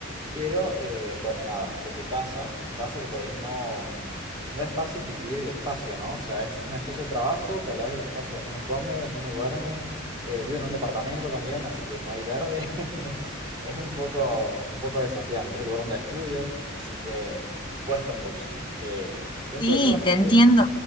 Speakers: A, on the right; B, on the left.
A: Pero eh, bueno, nada, desde casa, y pasa que por ahí no, no es fácil dividir el espacio, ¿no? O sea, es un espacio de trabajo, pero a la vez el espacio donde uno come, donde uno duerme, eh, vivo en un departamento también, así que no hay verde. <laughs> Es un poco, un poco desafiante, es el lugar donde estudio, así que cuesta un poquito. Eh, dentro
B: Sí,
A: de todo no
B: te
A: me
B: entiendo.
A: quejo,